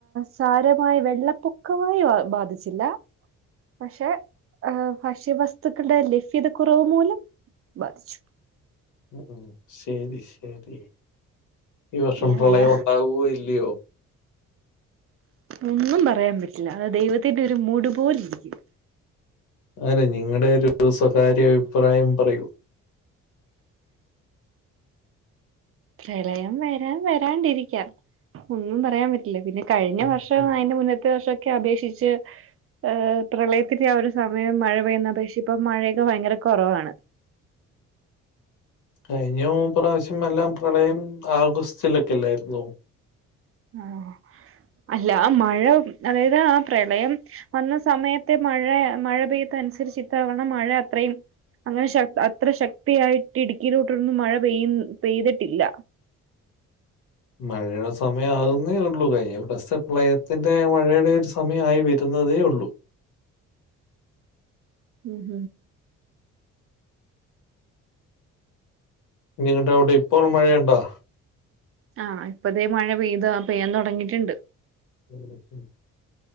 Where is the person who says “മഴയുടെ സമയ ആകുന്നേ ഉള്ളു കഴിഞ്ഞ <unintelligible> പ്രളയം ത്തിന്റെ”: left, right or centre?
Left